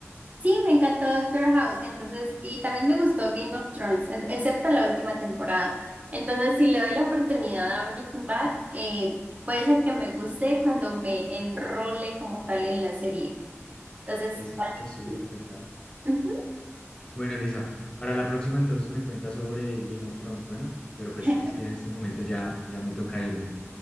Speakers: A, on the right; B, on the left.
A: Sí, me encantó Doctor House, entonces, y también me gustó Game of Thrones, ex- excepto la última temporada. Entonces, si le doy la oportunidad a Breaking Bad, eh, puede ser que me guste cuando me enrole como tal en la serie. Entonces,
B: Exacto,
A: tal vez
B: sí,
A: sí.
B: es verdad.
A: Ujú.
B: Bueno, Elisa, para la próxima entonces me cuentas sobre Game of Thrones, bueno, pero pues
A: <laughs>
B: es que en este momento ya, ya me toca irme.